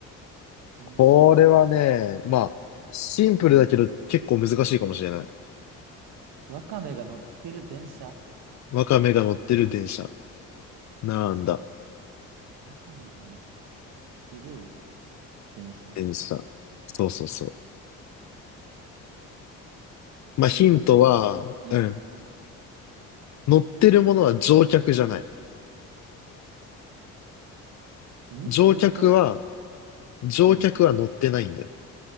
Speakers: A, on the right (about 65°); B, on the left (about 45°).
A: 電車。
B: これはね、まあ、シンプルだけど結構難しいかもしれない。
A: ワカメが乗ってる電車
B: ワカメが乗ってる電車。なんだ、
A: ワカメが乗ってる電車。
B: 電車。そうそうそう。まあ、
A: えー、
B: ヒントは、
A: 待ってね。うん。
B: うん。乗ってるものは乗客じゃない。
A: んどういうこと
B: 乗客は、乗客は乗ってないんだよ。
A: うん。